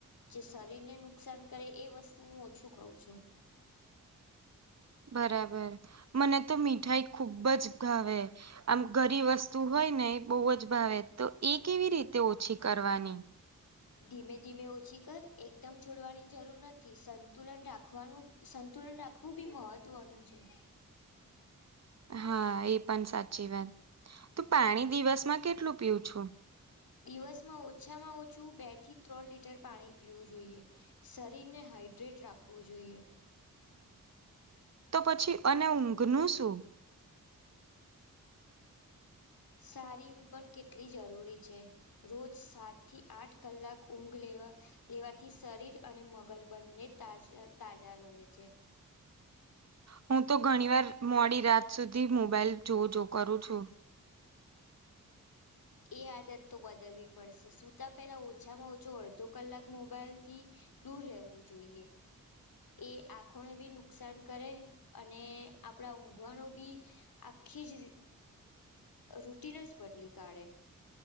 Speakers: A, on the left; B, on the right.
A: જે શરીરને નુકસાન કરે એ વસ્તુ હું ઓછું ખઉ છું.
B: બરાબર મને તો મીઠાઈ ખુબ જ ગાવે. આમ ઘરી વસ્તુ હોય ને એ બહુ જ ભાવે તો એ કેવી રીતે ઓછી કરવાની.
A: ધીમે ધીમે ઓછી કર એકદમ છોડવાની જરૂર નથી સંતુલન રાખવાનું સંતુલન રાખવું બી મહત્વનું છે.
B: હા એ પણ સાચી વાત તું પાણી દિવસમાં કેટલું પીવું છું?
A: દિવસમાં ઓછામાં ઓછું બે થી ત્રણ લીટર પાણી પીવું જોઈએ. શરીર ને હાઈડ્રેટ રાખવું જોઈએ.
B: તો પછી અને ઊંઘ નું શું?
A: સારી ઊંઘ પણ કેટલી જરૂરી છે. રોજ સાત થી આઠ કલાક ઊંઘ લેવા લેવાથી શરીર અને મગજ બંને તાજા તાજા રહે છે.
B: હુ તો ઘણી વાર મોડી રાત સુધી મોબાઈલ જુઓ જો કરુ છુ.
A: એ આદત તો બદલવી પડશે સતાં પહેલાં ઓછામાં ઓછો અડધો કલાક મોબાઈલથી. દૂર રહેવું જોઈએ એ આંખોને બી નુકસાન કરે અને આપણા ઊંઘવાણુ બી આખી જ રૂટીન જ બદલી કાઢે